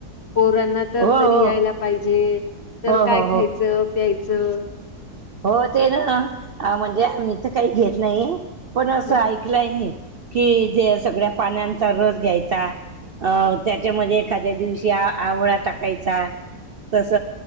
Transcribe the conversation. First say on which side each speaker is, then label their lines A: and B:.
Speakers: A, on the left; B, on the right.
A: पोरांना तर
B: हो हो
A: तरी यायला पाहिजे तर
B: हो
A: काय
B: हो
A: खायचं
B: हो
A: प्यायचं
B: हो ते ना म्हणजे आ मी तर काही घेत नाहीे पण असं
A: हा
B: ऐकलंय म कि जे सगळ्या पाण्यांचा रस घ्यायचा अ त्याच्यामध्ये एखाद्या दिवशी आवळा टाकायचा तस